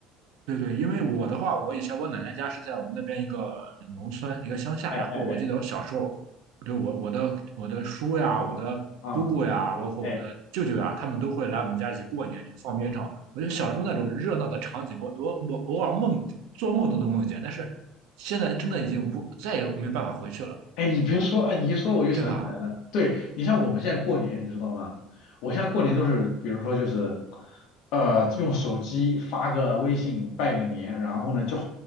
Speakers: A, on the right; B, on the left.
A: 对对，因为我的话，我以前我奶奶家是在我们那边一个农村一个乡下，
B: 哎哎
A: 然后我记得我小时候，对我我的我的叔呀，我的姑姑呀，
B: 啊，
A: 包括我的舅舅呀，
B: 哎。
A: 他们都会来我们家一起过年去放鞭炮。我觉得小时候那种热闹的场景，我我我偶尔梦做梦都能梦见，但是现在真的已经无再也没办法回去了，
B: 哎，你别说，哎，你一说我就想起来了。
A: 对吧？
B: 对，你像我们现在过年，你知道吗？我现在过年都是，比如说就是，呃，用手机发个微信拜个年，然后呢，就